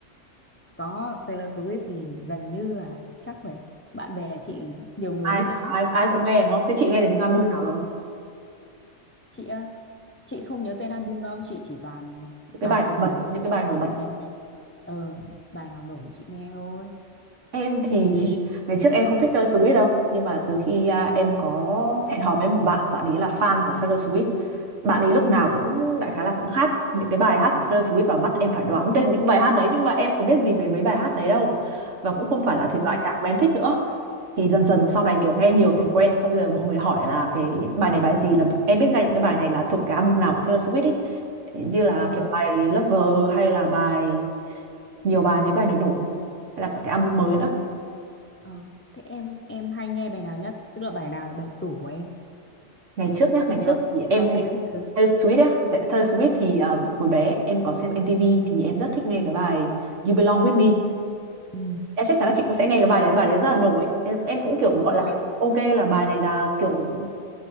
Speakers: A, on the left; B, on the right.
A: có Taylor Swift thì gần như là chắc phải bạn bè chị nhiều người
B: ai
A: thích lắm.
B: ai ai cũng nghe đúng không thế chị nghe được những album
A: Ừ,
B: nào rồi
A: chị á, chị không nhớ tên album đâu, chị chỉ toàn
B: những cái
A: bài
B: bài
A: nào
B: nổi bật
A: nổi nổi
B: những
A: lên
B: cái bài
A: thì
B: nổi
A: chị
B: bật
A: nghe nhẹ. Ờ, bài nào nổi thì chị nghe thôi.
B: Em thì <laughs> ngày trước em không thích Taylor Swift đâu nhưng mà từ khi à, em có hẹn hò với một bạn bạn ấy là fan của Taylor Swift bạn ấy lúc nào cũng đại khái là cũng hát những cái bài hát của Taylor Swift và bắt em phải đoán <laughs> tên những bài hát đấy nhưng mà em có biết gì về mấy bài hát đấy đâu và cũng không phải là
A: Ui,
B: thể loại nhạc mà em thích nữa thì dần dần sau này kiểu nghe nhiều thành quen xong bây giờ mọi người hỏi là cái bài này bài gì là em biết ngay những cái bài này là thuộc cái album nào của Taylor Swift ấy như là
A: ừ,
B: kiểu bài Lover hay là bài nhiều bài những cái bài nổi nổi hay là cả cái album mới nữa
A: Ờ, thế em em hay nghe bài nào nhất? Tức là bài nào là bài tủ của em?
B: ngày trước nhá ngày trước
A: Rồi,
B: thì
A: Taylor
B: em nghe
A: Swift ấy. Ừ,
B: Taylor Swift á Tại- Taylor Swift thì um, hồi bé em có xem MTV thì em rất thích nghe cái bài You Belong With Me
A: Ừ.
B: em chắc chắn là chị cũng sẽ nghe cái bài đấy bài đấy rất là nổi em em cũng kiểu
A: đúng
B: gọi
A: rồi.
B: là kiểu, ok là bài này là kiểu